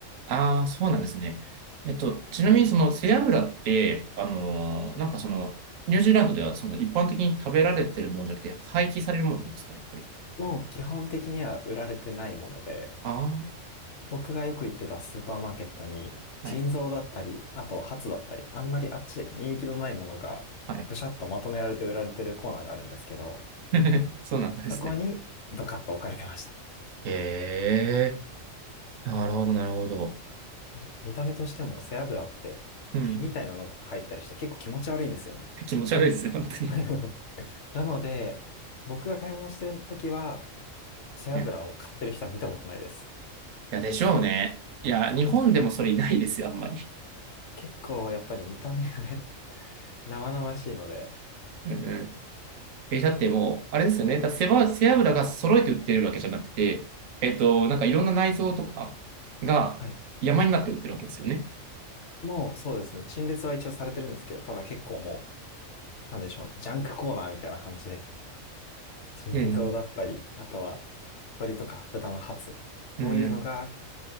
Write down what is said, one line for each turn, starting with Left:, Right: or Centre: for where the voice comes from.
Right: ああ、そうなんですね。えっと、ちなみにその背脂って、あのーなんかその、
Left: はい
Right: ニュージーランドではその一般的に食べられてるものじゃなくて、廃棄されるものなんですか、やっぱり。
Left: もう基本的には売られてないもので、
Right: あ
Left: 僕がよく行ってたスーパーマーケットに、
Right: あ、
Left: 腎臓だったり、
Right: はい、
Left: あとハツだったり、あんまりあっちで人気のないものがぐしゃっとまとめられて売られてるコーナーがあるんですけど、
Right: はい。<laughs> そうなんですね。
Left: そこにドカッと置かれてました。
Right: へえ、なるほど、なるほど。
Left: やっぱり見た目としても背脂って毛みたいなのが入ってたりして結構気持ち悪いんですよね。
Right: うん。気持ち悪いですよ、本当に。
Left: <laughs> なので、僕が買い物してる時は、背脂を買ってる人は見たことないです。
Right: うんいや、でしょうね。いや、
Left: そうです。
Right: 日本でもそれいないですよ、あんまり。
Left: 結構やっぱり見た目がね、<laughs> 生々しいので、
Right: うんうんえ、だってもう、あれですよね。だって背ば、背脂が揃えて売ってるわけじゃなくて、えっと、なんかいろんな内臓とかが山になって売ってるわけですよね。
Left: はい。もうそうですね、陳列は一応されてるんですけど、ただ結構もう、なんでしょうね、ジャンクコーナーみたいな感じで、腎臓だったり、
Right: うん。
Left: あとは鶏とか豚のハツ、こういうのが、
Right: うん。うん。